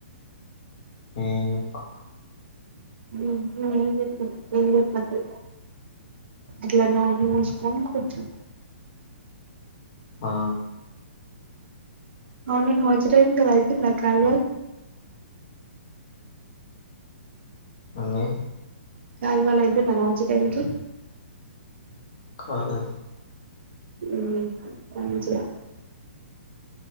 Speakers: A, on the left; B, on the right.
A: నేనేం చెప్పా
B: నువ్వు ఏం చెప్పకు ఏం చెప్పకు అట్లా నోరు మూసుకొని కూర్చో
A: ఆ
B: అవును నువ్వు వచ్చే టైం కి అది అయ్యితుందా కాలువ
A: అన్నీ
B: కాలమాల అయిపోంద నువ్ వచ్చి టైం కి
A: కాలే
B: ఉ మంచిగా